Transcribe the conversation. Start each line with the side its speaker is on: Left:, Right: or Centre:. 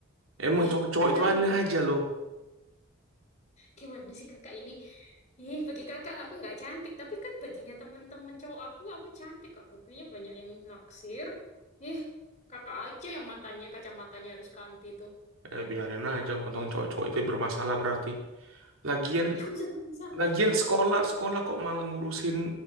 Right: Emang
Left: Ih,
Right: cowok-cowok
Left: nanya.
Right: itu aneh aja loh.
Left: Gimana sih kakak ini? Ih, bagi kakak aku nggak cantik, tapi kan baginya temen-temen cowok aku, aku cantik kok. Buktinya banyak yang naksir. Ih, kakak aja yang matanya, kacamatanya harus ganti tuh.
Right: Eh,
Left: Hmm.
Right: biarin aja tentang cowok-cowok itu bermasalah berarti. Lagian,
Left: <laughs> Ya aku bisa bermasalah
Right: lagian
Left: tuh.
Right: sekolah, sekolah kok malah ngurusin